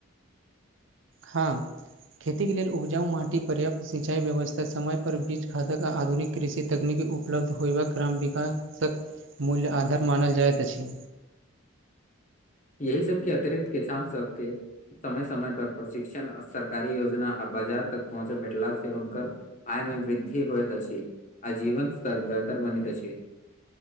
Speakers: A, on the right (about 60°); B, on the left (about 35°).
A: हँ। खेतीके लेल उपजाउ माटी पर्याप्त सिंचाइ व्यवस्था समयप पर बीज खादक आ आधुनिक। कृषि तकनीक उपलब्ध होयबाक ग्राम विकासक मूल्य आधार मानल जाइत अछि
B: यही सबके अतिरिक्त किसानसबके समय समय पर प्रशिक्षण सरकारी योजना आ बाजार तक पहुँच भेटला से हुनकर आय मे वृद्धि होइत अछि आ जीवन स्तर बेहतर बनैत अछि।